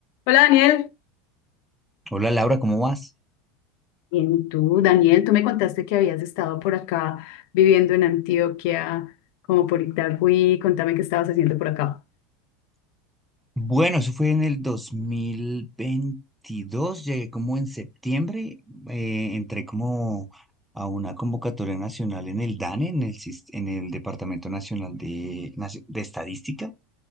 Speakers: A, on the left; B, in the centre.
A: Hola Daniel,
B: Hola Laura, ¿cómo vas?
A: Bien, tú, Daniel, tú me contaste que habías estado por acá viviendo en Antioquia, como por Itagüí. Contame qué estabas haciendo por acá.
B: Bueno, eso fue en el 2022. llegué como en septiembre, eh, entré como a una convocatoria nacional en el DANE, en el, sis- en el Departamento Nacional de, Naci- de Estadística,